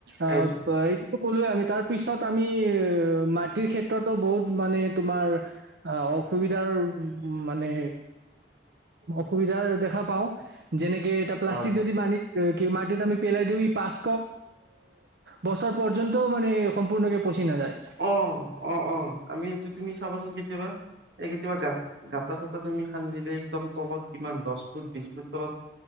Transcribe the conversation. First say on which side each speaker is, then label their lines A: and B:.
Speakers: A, on the right (about 65°); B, on the right (about 80°).
A: <inaudible>
B: এইটো
A: কলোৱেই আমি তাৰ পিছত আমি মাটিৰ ক্ষেত্ৰতো বহুত মানে তোমাৰ অসুবিধা মানে অসুবিধাই <unintelligible> দেখা পাওঁ যেনেকে এটা প্লাষ্টিক
B: হয়
A: যদি মানি কি মাটিত আমি পেলাই দিওঁ ই পাঁচশ বছৰ পৰ্যন্তও মানে সম্পূৰ্ণকে পচি নাযায়
B: অ অ অ আমিটো তুমি চাবাচোন কেতিয়াবা এই কেতিয়াবা গা গাঁতা চাটা তুমি খান্দিলে একদম তলত কিমান দশ ফুট বিশ ফুট তলত